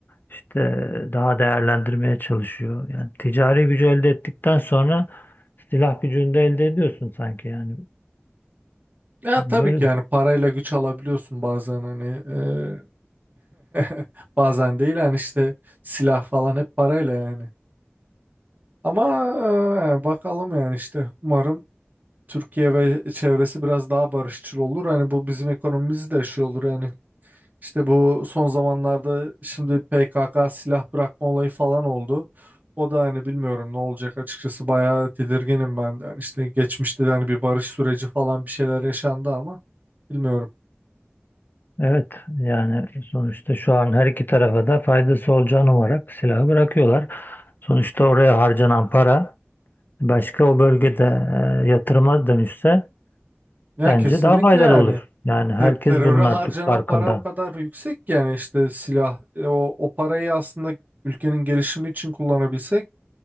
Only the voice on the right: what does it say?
Ya
tabii ki yani parayla güç alabiliyorsun bazen hani eee, <laughs> bazen değil yani işte silah falan hep parayla yani. Ama eee, yani bakalım yani işte umarım Türkiye ve çevresi biraz daha barışçıl olur. Hani bu bizim ekonomimiz de şey olur yani İşte bu son zamanlarda şimdi PKK silah bırakma olayı falan oldu. O da hani bilmiyorum ne olacak açıkçası bayağı tedirginim ben de. Hani işte geçmişte de hani bir barış süreci falan bir şeyler yaşandı ama bilmiyorum.
Ya
kesinlikle
yani
ter- teröre
harcanan
para o kadar yüksek ki yani işte silah e, o, o parayı aslında ülkenin gelişimi için kullanabilsek